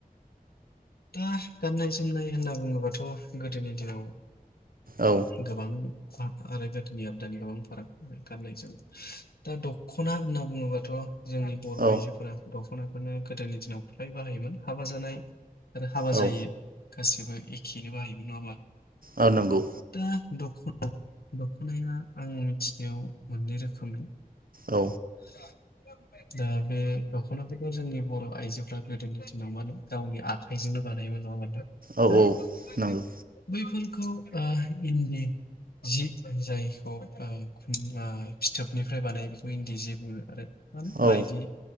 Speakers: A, on the left; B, on the right.
A: दा गाननाय जोमनाय होनना बुङोबाथ' गोदोनि दिनाव
B: औ
A: गोबां आरो गोदोनि आरो दानि गोबां फाराग आरो गाननाय जोमनाय दा दखना होनना बुङोबाथ' जोंनि बर'
B: औ
A: आइजोफोरा दखनाखौनो गोदोनि दिनाव फ्राय बाहायोमोन। हाबा जानाय आरो हाबा
B: औ
A: जायि। गासिबो एखेनो बाहायोमोन नङा होमबा?
B: औ नंगौ
A: दा दख दखनाया आं मिथिनायाव मोननै रोखोमनि
B: औ
A: <inaudible> दा बे दख'नाफोरखौ जोंनि बर' आइजोफ्रा गोदोनि दिनाव मानो गावनि आखाइजोंनो बानायोमोन नङा होनबा नोंथां।
B: औ
A: दा
B: औ नंगौ
A: बैफोरखौ ओ इन्दि जि जायखौ ओ ओ फिथोबनिफ्राय बानायो बेखौ इन्दि जि बुङो आरो मानो
B: औ
A: माइदि